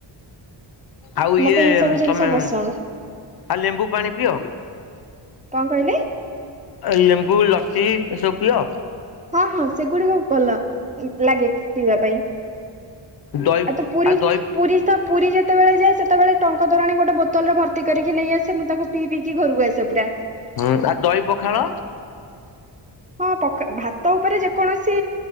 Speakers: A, on the left; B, on the right.
A: ଆଉ
B: ମତେ
A: ଇଏ
B: ଏଇ ସବୁ ଜିନିଷ
A: ତମେ
B: ପସନ୍ଦ
A: ଆଉ ଲେମ୍ବୁ ପାଣି ପିଓ?
B: କଣ କହିଲେ?
A: ଏ ଲେମ୍ବୁ, ଲସ୍ସି ଏସବୁ ପିଅ।
B: ହଁ ହଁ ସେଗୁଡିକ ସବୁ ଭଲ ଲାଗେ ପିଇବା ପାଇଁ।
A: ଦଇ
B: ତ ପୁରୀ
A: ଆଉ ଦହି
B: ପୁରୀ ତ ପୁରୀ ଯେତେବେଳେ ଯାଏ ସେତେବେଳେ ଟଙ୍କ ତୋରାଣି ଗୋଟ ବୋତଲରେ ଭର୍ତ୍ତି କରିକି ନେଇ ଆସେ। ମୁଁ ତାକୁ ପିଇ ପିଇକି ଘରକୁ ଆସେ ପୁରା।
A: ହୁଁ ଆଉ ଦହି ପଖାଳ?
B: ହଁ ପ ଭାତ ଉପରେ ଯେ କୌଣସି